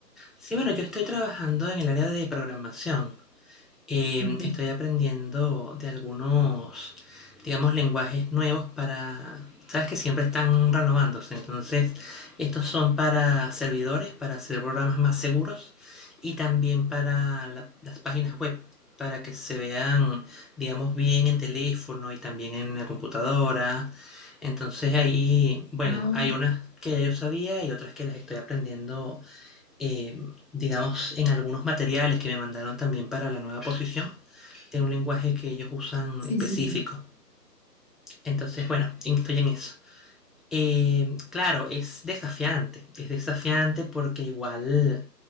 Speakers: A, in the centre; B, on the left (about 40°).
A: Sí, bueno, yo estoy trabajando en el área de programación. Em,
B: Súper.
A: estoy aprendiendo de algunos, digamos, lenguajes nuevos para... Sabes que siempre están renovándose, entonces estos son para servidores, para hacer programas más seguros y también para la- las páginas web, para que se vean, digamos, bien en teléfono y también en la computadora. Entonces ahí, bueno,
B: Ah,
A: hay unas que ya yo sabía y otras que las estoy aprendiendo eh, digamos, en algunos materiales que me mandaron también para la nueva posición, de un lenguaje que ellos usan
B: sí,
A: específico.
B: sí, sí.
A: Entonces, bueno, estoy en eso. Eh, claro, es desafiante, es desafiante porque igual